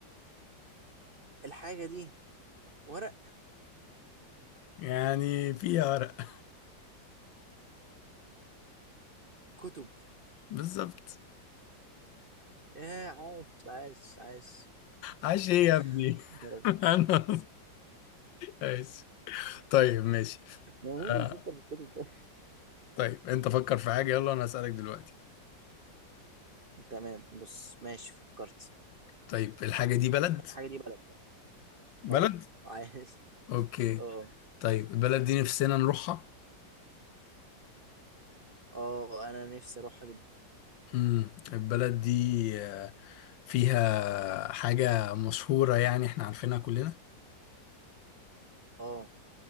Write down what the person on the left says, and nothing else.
يعني فيها ورق
<laughs> بالظبط
عاش ايه
يا ابني
<laughs> انا ماشي طيب ماشي
آه
طيب انت فكر في حاجة يلا انا هسألك دلوقتي
طيب الحاجة دي بلد
بلد
اوكي
طيب البلد دي نفسنا نروحها
امم البلد دي آه، فيها حاجة مشهورة يعني احنا عارفينها كلنا